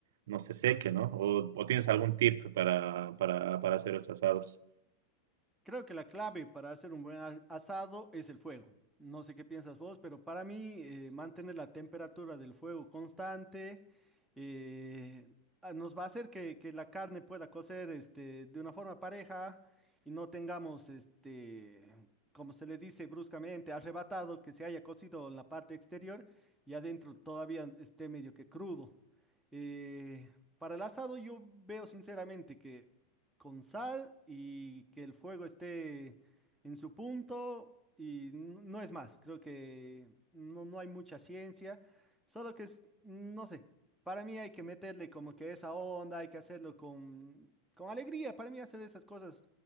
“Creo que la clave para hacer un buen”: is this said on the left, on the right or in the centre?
Centre